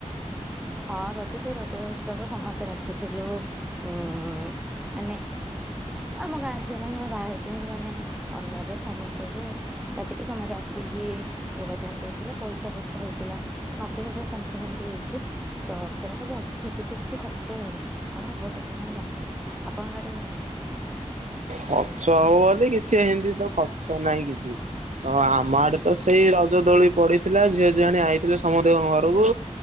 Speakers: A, in the centre; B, on the right.
A: ହଁ ରଜ ସେଇ ରଜ ଉତ୍ସବ ସମସ୍ତେ ଡାକିଥିଲୁ ଉଁ ମାନେ, ଆମ ଗାଁ ଝିଅ ମାନେ ଯୋମାନେ ବାହା ହେଇ ଯଉମାନେ ଅନ୍ ମରେଟ୍ ସମସ୍ତଙ୍କୁ, ଡାକିଥିଲୁ ତ ସମଜେ ଆସିକି ଯୋଗଦାନ ଦେଇଥିଲା ପଇସା ଫର୍ସା ହେଇଥିଲା, ନବେ ହଜାର ସମଥିଙ୍ଗ ଏମିତି ହେଇଛି, ତ ସେଇଟା ସବୁ ଅଛି କିନ୍ତୁ କିଛି ଖର୍ଚ୍ଚ ହେଇନି କଣ ହବ କିଛି ଆମେ ଜାଣିନୁ ଆପଣଙ୍କ ଆଟେ ଯେମିତି,
B: ଖର୍ଚ୍ଚ ହଉ ବୋଲି କିଛି ଏମିତି ତ ଖର୍ଚ୍ଚ ନହିଁ କିଛି, ହଁ ଆମ ଆଡ଼େ ତ ସେଇ ରଜ ଦୋଳି ପଡ଼ିଥିଲା ଝିଅ ଝିଅଣି ଆଇଥିଲେ ସମୁଦେଙ୍କ ଘରକୁ,